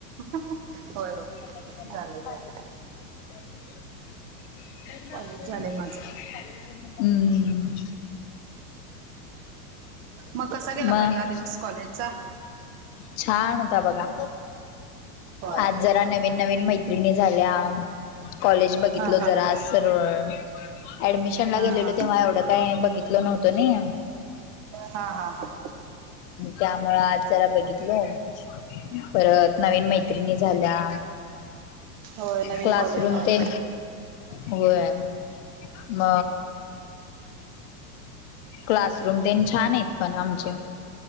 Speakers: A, on the right; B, on the left.
A: होय होय
B: <unintelligible>
A: झालंय झालंय. कॉलेज झालंय माझं.
B: हम्म
A: मग कसा गेला
B: मग
A: पहिला दिवस कॉलेजचा?
B: छान होता बघा
A: होय
B: आज जरा नवीन नवीन मैत्रिणी झाल्या. कॉलेज बघितलं
A: हा हा
B: जरासं
A: हा
B: ऍडमिशन ला
A: हा.
B: गेलेलो तेव्हा एवढं काय बघितलं नव्हतं नाही
A: हा हा हा
B: त्यामुळं आज जरा बघितलं परत नवीन मैत्रिणी झाल्या
A: होय नवीन
B: क्लासरूम
A: कॉलेज नवीन
B: ते
A: मैत्रिणी
B: होय म क्लासरूम तेन छान आहेत पण आमचे